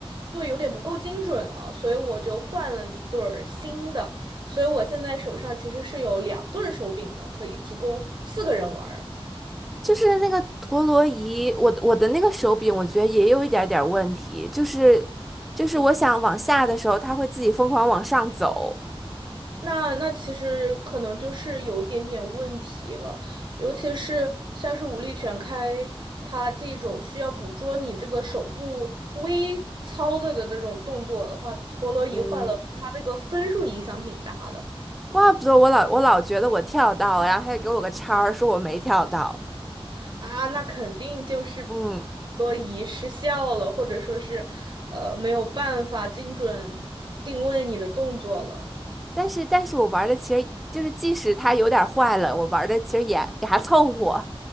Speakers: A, on the right; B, in the centre.
A: 对，有点不够精准了，所以我就换了一对儿新的，所以我现在手上其实是有两对儿手柄的，可以提供四个人玩儿
B: 就是那个陀螺仪，我我的那个手柄，我觉得也有一点点问题，就是就是我想往下的时候，它会自己疯狂往上走。
A: 那那其实可能就是有一点点问题了，尤其是像是武力全开，它这种需要捕捉你这个手部微操作的那种动作的话，陀螺仪坏了，
B: 嗯
A: 对它那个分数影响挺大的
B: 怪不得我老我老觉得我跳到了，然后还给我个叉儿，说我没跳到。
A: 啊，那肯定就是
B: 嗯，
A: 陀螺仪失效了，或者说是呃没有办法精准定位你的动作了。
B: 但是但是我玩的其实就是，即使它有点坏了，我玩的其实也也还凑合。